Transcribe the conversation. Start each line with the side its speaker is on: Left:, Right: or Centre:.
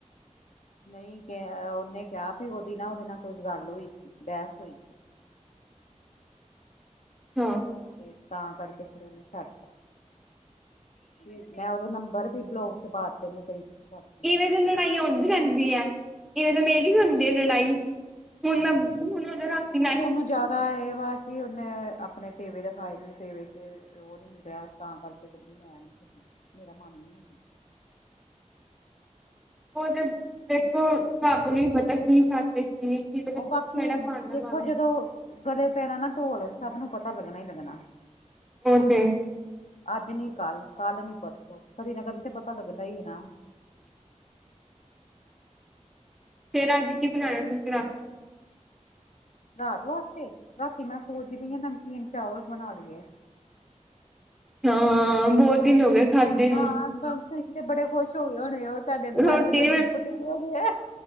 Left: ਨਹੀਂ ਕ ਉਹਨੇ ਕਿਹਾ ਵੀ ਉਹਦੀ ਨਾ ਉਹਦੇ ਨਾਲ ਕੋਈ ਗੱਲ ਹੋਈ ਸੀ ਬਹਿਸ ਹੋਈ ਸੀ।
Centre: ਹਾਂ
Left: ਤੇ ਤਾਂ ਕਰਕੇ ਫਿਰ ਉਹਨੇ ਛੱਡਤਾ ਤੇ ਮੈਂ ਉਹਦਾ ਨੰਬਰ ਵੀ ਬਲੋਕ ਚ ਪਾਤੇ ਨੇ, ਕਈ ਕੁਛ ਕਰਕੇ
Centre: ਇਵੇਂ ਲੜਾਈਆਂ ਹੋਂਦੀ ਰਹਿੰਦੀ ਹੈ ਇਵੇਨ ਮੇਰੀ ਵੀ ਹੁੰਦੀ ਹੈ ਲੜਾਈ ਹੁਣ
Left: ਹੂੰ
Centre: ਮੈਂ ਹੁਣ ਉਹਦੋਂ ਲੱਗਤੀ ਨਾ
Left: ਕੁਛ ਉਹਨੂੰ ਜ਼ਿਆਦਾ ਇਹ ਵਾ ਕਿ, ਉਹਨੇ ਆਪਣੇ ਟੇਵੇ ਦਿਖਾਏ ਨੇ ਟੇਵੇ ਚ ਉਹ ਨੀ ਮਿਲਿਆ, ਤਾਂ ਕਰਕੇ ਕਹਦੀ ਮੈਂ ਨੀ ਕਰਨਾ ਮੇਰਾ ਮਨ ਨੀ ਹਣਾ
Centre: ਉਹ ਤੇ ਦੇੇਖੋ, ਰੱਬ ਨੂੰ ਹੀ ਪਤਾ ਕੀ ਸੱਚ <inaudible>
Left: ਉਹ ਬਾਕੀ
Centre: ਭਾਨਾ
Left: ਦੇਖੋ
Centre: ਲਾਂਦਾ।
Left: ਜਦੋਂ ਗਲੇ ਪੈਣਾ ਨਾ ਢੋਲ ਸਭ ਨੂੰ ਪਤਾ ਲੱਗਣਾ ਹੀ ਲੱਗਣਾ।
Centre: ਉਹ ਤੇ
Left: ਅੱਜ ਨੀ ਕੱਲ ਕੱਲ ਨੀ ਪਰਸੋਂ ਕਦੀ ਨਾ ਕਦੀ ਤੇ ਪਤਾ ਲੱਗਦਾ ਹੀ ਨਾ
Centre: ਫੇਰ ਅੱਜ ਕੀ ਬਣਾਉਣਾ ਤੁਸੀਂ ਰਾਤੀ?
Left: ਰਾਤ ਵਾਸਤੇ, ਰਾਤੀ ਮੈਂ ਸੋਚਦੀ ਪਈ ਨਮਕੀਨ ਚਾਵਲ ਬਣਾ ਲਈਏ।
Centre: ਹਾਂ, ਬਹੁਤ ਦਿਨ ਹੋ ਗਏ ਖਾਧੇ ਨੀ।
Left: ਹਾਂ ਗ ਤੇ ਬੜੇ ਖੁਸ਼ ਹੋ ਗਏ ਹੋਣੇ, ਉਹ ਤੁਹਾਡੇ ਮਨ
Centre: ਰੋਟੀ
Left: ਚ ਲੱਡੂ ਫੁੱਟ ਗਏ ਹੋਣੇ ਆ।